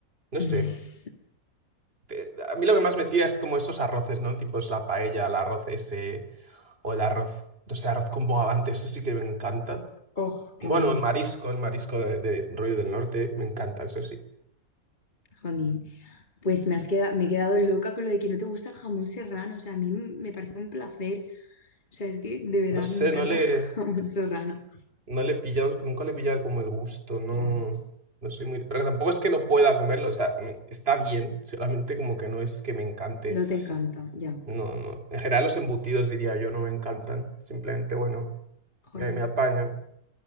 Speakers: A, on the right; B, on the left.
A: no
B: <laughs>
A: sé. te- A mí lo que más me tira es como esos arroces, ¿no? Tipo es la paella, el arroz ese, o el arroz, no sé, arroz con bogavante, eso sí que me encanta.
B: Oh, qué
A: Bueno,
B: bueno,
A: el marisco, el marisco de, de rollo del norte, me encanta, eso sí.
B: jolín. Pues me has quedado, me he quedado loca con lo de que no te gusta el jamón serrano. O sea, a mí m- me parece un placer. O sea, es que de verdad
A: No
B: me
A: sé,
B: encanta
A: no le...
B: el <laughs> jamón serrano.
A: No le he pillado, nunca le he pillado como el gusto,
B: Ostras,
A: no, no soy muy... Pero tampoco es que no pueda comerlo, o sea, me- está bien, solamente como que no es que me encante.
B: no te encanta, ya.
A: No, no. En general los embutidos, diría yo, no me encantan. Simplemente, bueno,
B: Jolín,
A: me, me apaño.